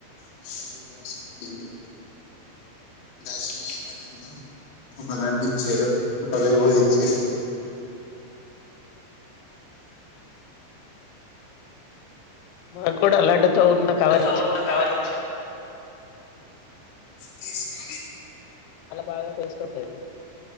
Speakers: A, on the left; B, on the left.
A: మాకు టూ అవర్స్ పట్టింది దర్శనం అయిపోయినాక ఒక లడ్డు ఇచిరు ఒక వివో ఇచ్చేసి
B: మాకు కూడా లడ్డు ఉన్నా కవర్
A: తో
B: ఇచ్చర్
A: ఉన్న కవర్ ఇచ్చా తీస్ కో
B: బాగా టేస్ట్ ఉంటది